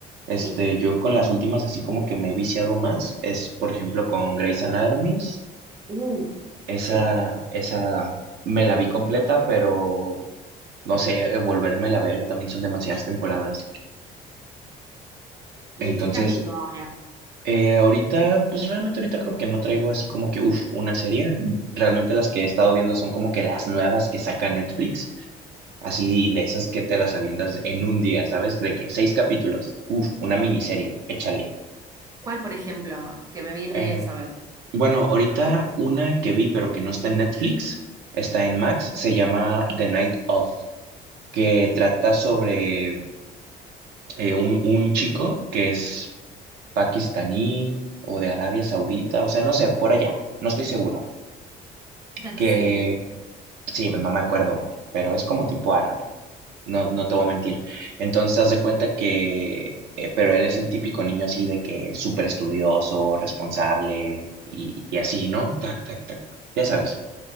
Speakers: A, on the right; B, on the right.
A: este,
B: Sí.
A: yo con las últimas así como que me he viciado más, es por ejemplo con Grey's Anatomy,
B: Uh,
A: esa,
B: sí.
A: esa me la vi completa, pero no sé, eh, volvérmela a ver, también son demasiadas temporadas.
B: ¿Y
A: Entonces,
B: qué estás viendo ahora?
A: eh, ahorita, pues realmente ahorita creo que no traigo así como que, uff, una serie, realmente las que he estado viendo son como que las nuevas que saca Netflix. Así de esas que te las avientas en un día, ¿sabes? De que seis capítulos. Uf, una miniserie, échale.
B: ¿Cuál, por ejemplo, que me viene
A: Eh,
B: bien saber?
A: bueno, ahorita una que vi, pero que no está en Netflix, está en Max, se llama The Night Of, que trata sobre eh, un, un chico que es pakistaní o de Arabia Saudita, o sea, no sé, por allá, no estoy seguro. Que
B: Sí.
A: sí, no me acuerdo, pero es como tipo árabe. No, no te voy a mentir. Entonces, haz de cuenta que, eh, pero él es el típico niño así de que súper estudioso, responsable y, y así, ¿no? Tac, tac, tac. Ya sabes.